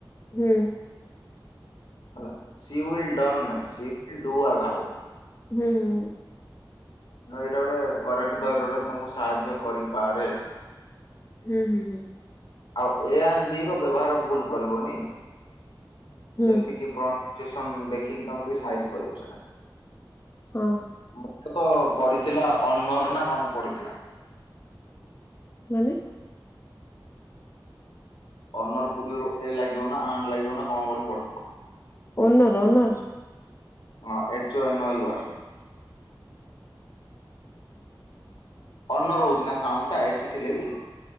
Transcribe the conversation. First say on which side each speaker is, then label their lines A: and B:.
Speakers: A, on the left (about 30°); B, on the left (about 80°).
A: ହୁଁ।
B: ହେଲା। ସି ୟୁ ୱିଲ ଡନ୍ ନାଇ ସି-ୱିଲ୍ ଡୁ ଆରାଓ।
A: ହୁଁ ହୁଁଁ।
B: ଏଇଟା ଗୋଟେ କରେକ୍ଟ ଦରରେ ତମକୁ ସାହାଯ୍ୟ କରିପାରେ।
A: ହୁଁ ହୁଁ ହୁଁ।
B: ଆଉ ଏ ଆନ ଦି ର ବ୍ୟବହାର ଭୁଲ କରିବନି
A: ହୁଁ
B: ଯେମିତି କି ପ୍ର <unintelligible> ଚୁଏସନ ଦେଖିକି ତମେ ଟିକେ ସାଇଜି କରିବ ସେଟା।
A: ହଁ।
B: ମୁଖ୍ୟତ ପଡିଥିଲା ଅନର୍ ନା କଣ ପଢିଥିଲା।
A: ମାନେ?
B: ଅନର ପୂର୍ବରୁ <unintelligible> ଏ ଲାଗିବ ନା ଆନ ଲାଗିବ ନା କଣ ବୋଲି ପଡିଥିଲା।
A: Owner owner?
B: ହଁ H O N O U R. Honour ହୋଉଚି ନା ସାଉଣ୍ଡଟା ଏଚ୍ ଥିଲେ ବି